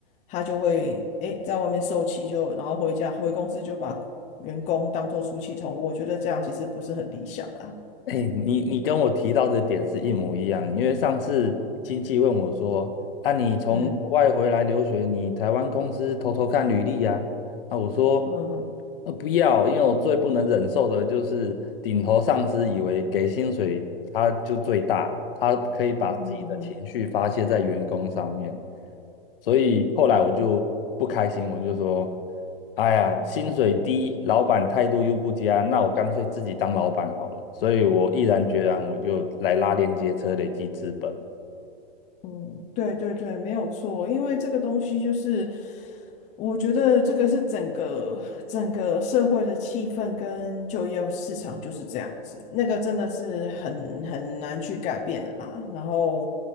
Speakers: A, on the left; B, on the left.
A: 他就会诶在外面受气就，然后回家回公司就把员工当做出气筒，我觉得这样其实不是很理想啦。
B: 哎，你你跟我提到的点是一模一样，因为上次亲戚问我说，啊，你从国外回来留学，
A: 嗯。
B: 你台湾公司偷偷看履历呀、啊，我说，
A: 嗯哼，
B: 呃，不要，因为我最不能忍受的就是顶头上司以为给薪水他就最大，他可以把自己的情绪发泄在员工上面，
A: 嗯哼，
B: 所以后来我就不开心，我就说，哎呀，薪水低，老板态度又不佳，那我干脆自己当老板好了，所以我毅然决然我就来拉连接车累积资本。
A: 嗯，对对对，没有错，因为这个东西就是，我觉得这个是整个整个社会的气氛跟就业市场就是这样子，那个真的是很很难去改变的啦。然后